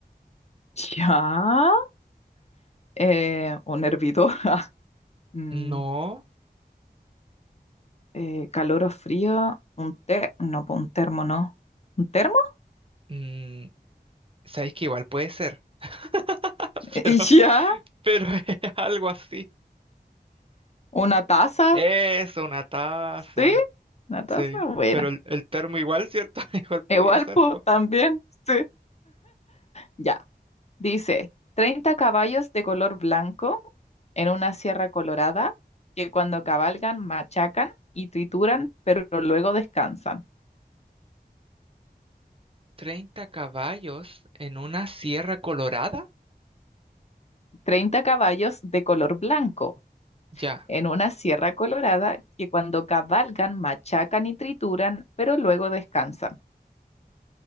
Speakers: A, on the left; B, on the right.
A: Ya. Eh, un hervidor. <laughs> Mm,
B: No,
A: eh, calor o frío. Un té. No, pues un termo, no. ¿Un termo? <laughs>
B: mm, sabéis que igual puede ser, <laughs> pero,
A: Y ya.
B: pero es algo así.
A: Una taza.
B: Es una taza.
A: Sí. Una taza.
B: Sí,
A: Buena.
B: pero el, el termo igual, ¿cierto? <laughs> Igual podía
A: Igual,
B: ser,
A: pues
B: pues.
A: también. Sí. Ya. Dice, 30 caballos de color blanco en una sierra colorada que cuando cabalgan machacan y trituran, pero luego descansan.
B: 30 caballos en una sierra colorada.
A: 30 caballos de color blanco
B: Ya.
A: en una sierra colorada que cuando cabalgan machacan y trituran, pero luego descansan. <laughs>